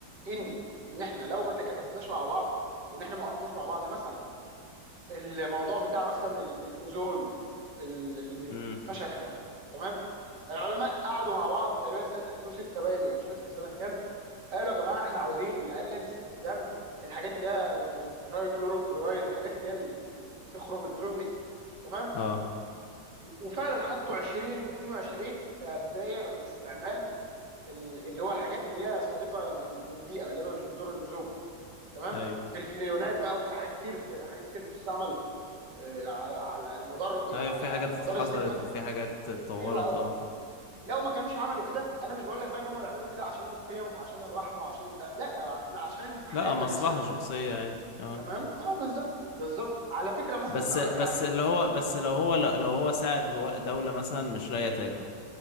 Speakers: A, on the right (about 75°); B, on the left (about 80°).
A: ان ان احنا لو ما تكاتفناش مع بعض وان احنا ما وقفناش مع بعض يعني مثلا الموضوع بتاع مثلا ال- الاوزون اللي
B: امم
A: بيتفشخ ده تمام العلماء قعدوا مع بعض تقريبا سنه 2006 باين ولا مش فاكر سنه كام قالوا يا جماعه احنا عاوزين نقلل استخدام الحاجات اللي هي الترايكلوروفلورايد الحاجات اللي هي اللي بت- بتخرم الاوزون دي تمام
B: اه
A: وفعلا حطوا 20 22 كبدايه لاستعمال ال- اللي هو الحاجات اللي هي صديقه لل- للبيئه اللي هي مش بتضر الاوزون تمام
B: ايوه
A: في الفريونات بقى وفي حاجات كتير في حاجات كتير بتستعمل آه، على على مدار يعني
B: ايوه
A: على
B: في
A: على
B: حاجات اتحذرت
A: مدار السنين اللي فاتت
B: وفي حاجات اتطورت
A: حلوه قوي
B: اه
A: لو ما كانوش عملوا كده انا مش بقول لك بقى ان هم بيعملوا كده عشان القيم وعشان الرحمه وعشان ده لا عشان عشان حياتنا
B: لا مصلحة
A: نفسها
B: شخصية عادي
A: <laughs>
B: اه
A: تمام اه بالظبط بالظبط على فكره مثلا
B: بس
A: اقول
B: بس
A: لك حاجه
B: اللي هو بس لو هو لو هو ساعد دولة مثلا مش لاقية تاكل